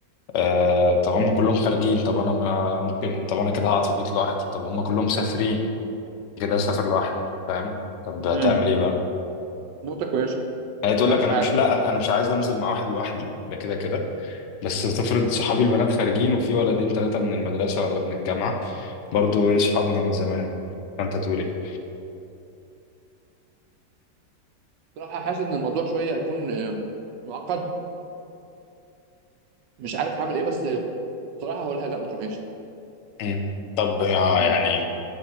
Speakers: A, on the left; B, on the right.
A: آه طب هم كلهم خارجين طب أنا ما ممكن طب أنا كده هقعد في البيت لوحدي طب هم كلهم مسافرين كده أسافر لوحدي فاهم طب هتعمل
B: مم.
A: إيه بقى؟
B: نقطه كويسه
A: هي تقول
B: بصراحه
A: لك
B: مش
A: أنا
B: عارف
A: مش لا أنا أنا مش عايز أنزل مع واحد لوحدي ده كده كده بس تفرض صحابي البنات خارجين وفي ولدين ثلاثة من المدرسة ولا من الجامعة برضو إيه صحابنا من زمان فأنت تقول إيه؟
B: بصراحه حاسس ان الموضوع شويه هيكون آه، معقد مش عارف هاعمل إيه بس بصراحة هاقول لها لأ ما تروحيش،
A: مم. طب يعني
B: يعني